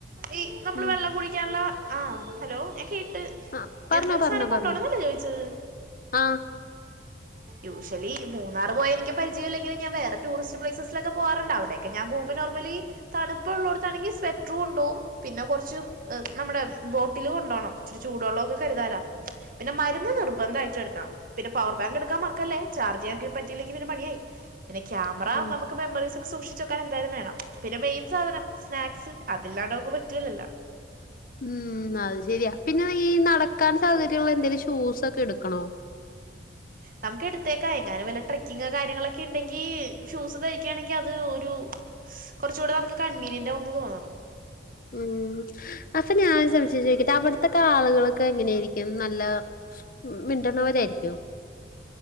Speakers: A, on the right; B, on the left.
A: ഈ നമ്മള്
B: ഉം
A: വെള്ളം കുടിക്കാന്ള്ള ആഹ് ഹലോ ഞാൻ കേട്ട്
B: ആ പറഞ്ഞോ
A: എന്തോര്
B: പറഞ്ഞോ
A: സാനം കൊണ്ടോണന്നല്ലേ
B: പറഞ്ഞോ
A: ചോയിച്ചത്
B: ആഹ്
A: യൂശ്വലി മൂന്നാറ് പോയ എനിക്ക് പരിചയല്ലെങ്കിലും ഞാൻ വേറെ ടൂറിസ്റ്റ് പ്ലേസസിലൊക്കെ പോവാറ്ണ്ട് അവിടെക്കെ ഞാൻ പോവുമ്പം നോർമലി തണ്പ്പ് ഉള്ളോട്ത്താണെങ്കി സ്വെറ്റർ കൊണ്ടോവും പിന്നെ കൊറച്ച് നമ്മടെ ബോട്ടില് കൊണ്ടോണം ഇച്ചിരി ചൂട്ള്ളൊക്കെ കര്താന പിന്നെ മര്ന്ന് നിർബന്ധായിട്ട് എട്ക്കണം പിന്നെ പവർ ബാങ്ക്ട് ക്കാൻ മറക്കല്ലേ ചാർജ്യ്യാങ്കി പറ്റിലെങ്കി പിന്നെ പണിയായി പിന്നെ ക്യാമറ
B: ഉം.
A: നമു ക്ക് മെമ്മറീസൊക്കെ സൂക്ഷിച്ച് വെക്കാനെന്തായാലും വേണം പിന്നെ മെയിൻ സാധനം സ്നാക്സ് അതില്ലാണ്ട് നമുക്ക് പറ്റൂലല്ലോ
B: ഉം അത് ശരിയാ പിന്നെ ഈ നടക്കാൻ സൗകര്യള്ള എന്തേലും ഷൂസൊക്കെ എട്ക്കണോ
A: നമുക്ക് എടുത്തേക്കാം എങ്ങാനും വല്ല ട്രക്കിങ് കാര്യങ്ങളൊക്കെ ഇണ്ടെങ്കി ഷൂസ് ധരിക്കാണെങ്കി അത് ഒരു കൊറച്ചൂടെ നമുക്ക് കൺവീനിയന്റാവുന്ന് തോന്ന്ണ്
B: ഉം അപ്പ ഞാനൊരു സംശയം ചോയിക്കട്ടെ അവിടത്തെക്കെ ആള്കളൊക്കെ എങ്ങനേയിരിക്കും നല്ല മിണ്ട്ണോരായിരിക്കോ